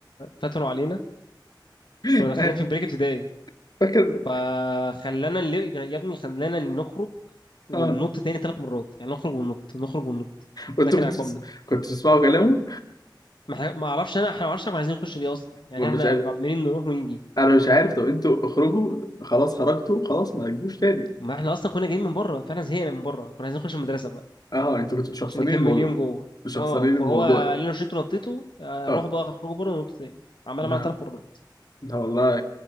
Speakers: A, on the left (about 75°); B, on the left (about 55°).
A: فتنوا علينا
B: <laughs>
A: كنا داخلين في بريك ابتدائي
B: فاكر
A: فخلانا نل- يا ابني خلانا نخرج وننط
B: اه
A: تاني ثلاث مرات يعني نخرج وننط نخرج وننط
B: وانتوا
A: ده كان
B: كنتوا بتس-
A: عقابنا
B: كنتوا بتسمعوا كلامه
A: ما إحنا- ما اعرفش انا احنا ما اعرفش إحنا كنا عايزين نخش ليه اصلا يعني
B: مش
A: احنا
B: عارف
A: عمالين نروح ونيجي
B: انا مش عارف طب انتوا اخرجوا خلاص خرجتوا خلاص ما تجيبوش تاني
A: ما احنا اصلا كنا جايين من بره فاحنا زهقنا من بره كنا عايزين نخش المدرسه بقى
B: اه انتوا كنتوا مشخصنين
A: عشان نكمل
B: الموضوع
A: يوم جوه
B: مشخصنين
A: اه فهو
B: الموضوع
A: قال لنا شيتوا نطيتوا آه،
B: اه
A: روحوا بقى اخرجوا بره وننطوا تاني عملها
B: لا
A: معانا ثلاث مرات
B: لا والله